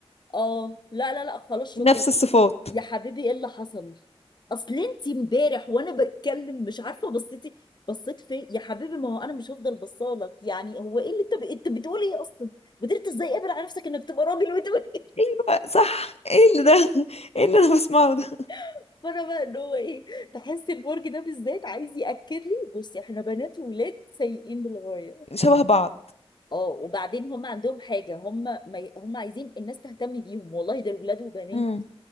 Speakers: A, on the left (about 45°); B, on the left (about 75°).
A: اه لا لا لا خلاص شكرا
B: نفس الصفات
A: يا حبيبي ايه اللي حصل اصل انت امبارح وانا بتكلم مش عارفه بصيتي بصيت فين يا حبيبي ما هو انا مش هفضل بصالك يعني هو ايه اللي انت ب... انت بتقول ايه اصلا قدرت ازاي قابل على نفسك انك تبقى راجل وتقول إيه؟
B: ايه بقى صح ايه اللي ده <laughs> ايه اللي انا بسمعه ده
A: <laughs> فانا بقى ان هو ايه تحس البرج ده بالذات عايز ياكد لي بصي احنا بنات وولاد سيئين للغايه
B: شبه بعض
A: اه وبعدين هم عندهم حاجة هم ما ي- هم عايزين الناس تهتم بيهم والله ده ولاد وبنات
B: امم